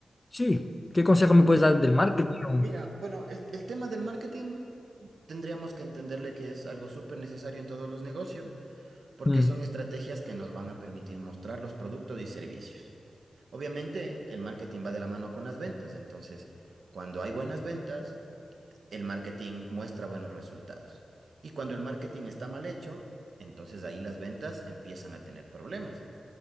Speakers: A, on the left; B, on the right.
A: sí, ¿qué consejo me puedes
B: Sí,
A: dar del marketing?
B: mira, bueno, el, el tema del marketing tendríamos que entenderle que es algo súper necesario en todos los negocios, porque
A: Mm.
B: son estrategias que nos van a permitir mostrar los productos y servicios. Obviamente, el marketing va de la mano con las ventas, entonces, cuando hay buenas ventas, el marketing muestra buenos resultados. Y cuando el marketing está mal hecho, entonces ahí las ventas empiezan a tener problemas.